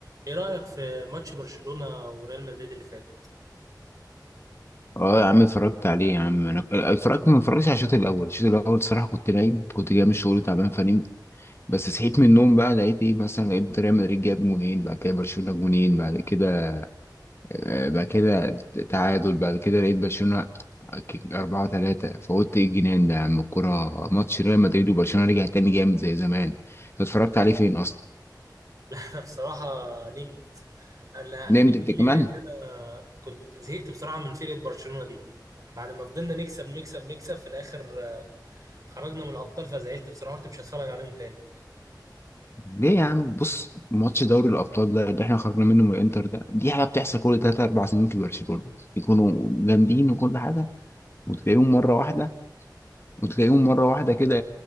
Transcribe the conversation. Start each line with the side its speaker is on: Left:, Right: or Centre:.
Right: ايه رأيك في ماتش برشلونة وريال مدريد اللي فات؟
Left: اه يا عم اتفرجت عليه يا عم انا اتفرجت ما اتفرجتش على الشوط الاول الشوط الاول الصراحه كنت نايم كنت جاي من الشغل تعبان فنمت بس صحيت من النوم بقى لقيت ايه مثلا لقيت ريال مدريد جاب جونين بعد كده برشلونه جونين بعد كده آه، بعد كده تعادل بعد كده لقيت برشلونه أربعة تلاتة فقلت ايه الجنان ده يا عم الكورة ماتش ريال مدريد وبرشلونة رجع تاني جامد زي زمان أنت اتفرجت عليه فين أصلا؟
Right: <laughs> انا بصراحة نمت انا
Left: نمت
Right: نمت
Left: أنت
Right: ليه
Left: كمان؟
Right: لان انا كنت زهقت بصراحة من فرقة برشلونة دي بعد ما فضلنا نكسب نكسب نكسب في الاخر آه، خرجنا من الابطال فزعلت بصراحة قلت مش هتفرج عليهم تاني
Left: ليه يا عم بص ماتش دوري الابطال ده اللي احنا خرجنا منه من الانتر ده دي حاجه بتحصل كل 3 4 سنين في برشلونه يكونوا جامدين وكل حاجه وتلاقيهم مره واحده وتلاقيهم مره واحده كده